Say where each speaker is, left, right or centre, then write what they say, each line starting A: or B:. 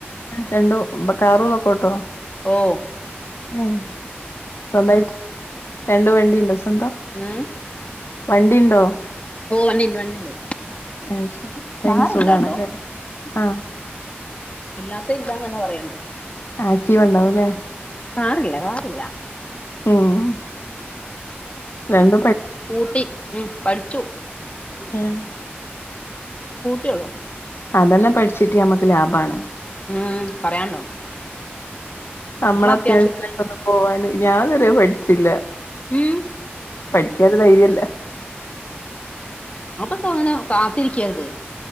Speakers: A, on the left (about 80°); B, on the left (about 35°).
A: രണ്ടും കാറുംതൊക്കോട്ടോ?
B: ഓഹ്
A: ഏഹ് സ്വന്തായിറ്റ് രണ്ട് വണ്ടീണ്ടോ സ്വന്തം?
B: ഉമ്
A: വണ്ടിണ്ടോ?
B: ഓഹ് വണ്ടിണ്ട് വണ്ടിണ്ട്.
A: അയ് ശരി.
B: കാറില്ലാട്ടോ.
A: പിന്നെ സുഖാണല്ലോ അല്ലേ ആഹ്.
B: ഇല്ലാത്ത ഇല്ലാന്നന്നെ പറയണ്ടേ?
A: ആക്റ്റീവണ്ടാവും ലെ?
B: കാറില്ല കാറില്ല.
A: ഉമ് രണ്ട
B: സ്കൂട്ടി ഉമ് പഠിച്ചു.
A: ഏഹ്
B: സ്കൂട്ടിയൊള്ളൂ.
A: അതെന്നെ പഠിച്ചിട്ട്യാ നമക്ക് ലാഭാണ്.
B: ഉമ് പറിയാണ്ടോ
A: നമ്മളെ
B: അത്യാവശ്യത്തിന്
A: അത്യാവശ്യത്തിനൊക്കൊന്ന് പോവാന് ഞാൻ ത് വരെ പഠിച്ചില്ല.
B: ഉം
A: ക്ക്യ അയ്ന് ധൈര്യല്ല.
B: ഉമ് <unintelligible> കാത്തിരിക്കായിരുത്.